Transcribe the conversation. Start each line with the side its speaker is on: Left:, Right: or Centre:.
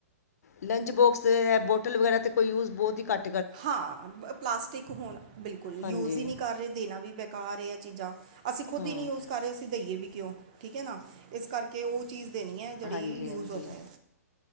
Left: ਲੰਚ ਬੋਕਸ ਐ ਬੋਟਲ ਵਗੈਰਾ ਤਾਂ ਕੋਈ ਯੂਜ਼ ਬੋਤ ਈ ਘੱ
Right: ਹਾਂ ਪਲਾਸਟਿਕ ਹੁਣ ਬਿਲਕੁਲ
Left: ਹਾਂਜੀ
Right: ਯੂਜ਼ ਈ ਨੀ ਕਰ ਰੇ ਦੇਣਾ ਵੀ ਬੇਕਾਰ ਐ ਚੀਜ਼ਾਂ। ਅਸੀਂ ਖੁਦ
Left: ਹਾਂ
Right: ਈ ਨੀ ਯੂਜ ਕਰ ਰੇ ਅਸੀਂ ਦਈਏ ਵੀ ਕਿਉਂ ਠੀਕ ਐ ਨਾ ਇਸ ਕਰ ਕੇ ਓ ਚੀਜ਼ ਦੇਣੀ ਐ ਜੇੜੀ
Left: ਹਾਂਜੀ
Right: ਯੂਜ਼
Left: ਹਾਂਜੀ
Right: ਹੋ ਜਾਏ।